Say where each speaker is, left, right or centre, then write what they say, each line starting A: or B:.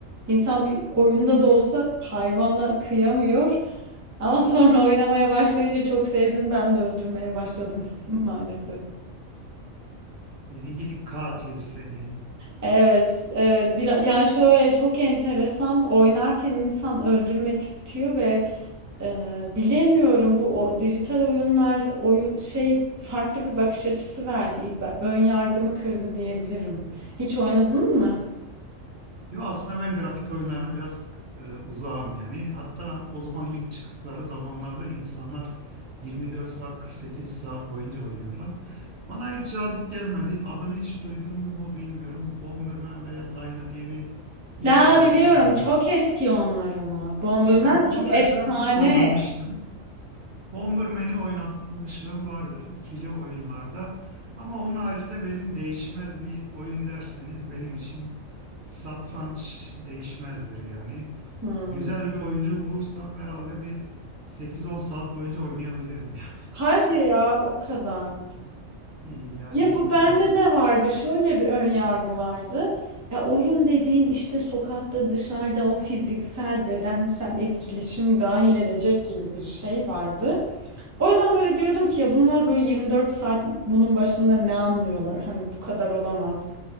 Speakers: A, on the right (about 15°); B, on the right (about 55°).
A: insan bir oyunda da olsa hayvanla kıyamıyor. Ama <laughs> sonra oynamaya başlayınca çok sevdim. Ben de öldürmeye başladım <laughs> maalesef.
B: seni gidik katil seni.
A: Evet, evet. Bir, yani şöyle çok enteresan oynarken insan öldürmek istiyor ve e, bilemiyorum bu o, dijital oyunlar oyun şey farklı bir bakış açısı verdi. İlk ben, ön yargımı kırdı diyebilirim. Hiç oynadın mı?
B: Yo, aslında ben grafik oyunlarına biraz e, uzağım yani. Hatta o zaman ilk çıktıkları zamanlarda insanlar 24 saat 48 saat boyunca oynuyorlar. Bana hiç cazip gelmedi. Adını hiç duydun mu bilmiyorum. Bomberman veya Dyna diye bir ilk
A: Daha
B: grafik
A: biliyorum
B: oyunları.
A: çok eski onlar ama. Bomberman
B: İşte onu
A: çok
B: mesela
A: efsane.
B: oynamıştım. Bomberman'i oynatmışlığım vardır ikili oyunlarda. Ama onun haricinde benim değişmez bir oyun derseniz benim için satranç değişmezdir yani.
A: Hmm.
B: Güzel bir oyuncu bulursam herhalde bir sekiz on saat boyunca oynayabilirim. <laughs>
A: Hadi ya o kadar.
B: Yani
A: Ya bu bende
B: e,
A: de vardı. Şöyle bir ön yargı vardı. Ya oyun dediğin işte sokakta, dışarıda o fiziksel, bedensel etkileşim dahil edecek gibi bir şey vardı. O yüzden böyle diyordum ki ya bunlar böyle 24 saat bunun başında ne anlıyorlar? Hani bu kadar olamaz.